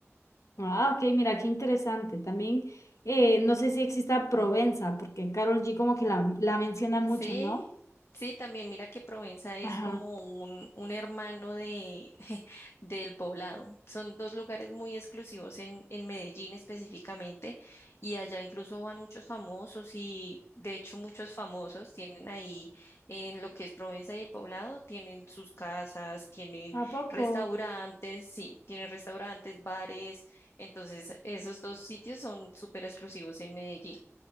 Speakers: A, on the left; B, on the left.
A: Ah, ok, mira, qué interesante. También, eh, no sé si exista Provenza, porque Carol G como que la, la menciona mucho,
B: Sí,
A: ¿no?
B: sí, también mira que Provenza es
A: Ajá.
B: como un, un hermano de, <laughs> del Poblado. Son dos lugares muy exclusivos en, en Medellín específicamente y allá incluso van muchos famosos y de hecho muchos famosos tienen ahí en lo que es Provenza y el Poblado, tienen sus casas, tienen
A: ¿A poco?
B: restaurantes, sí, tienen restaurantes, bares. Entonces esos dos sitios son súper exclusivos en Medellín.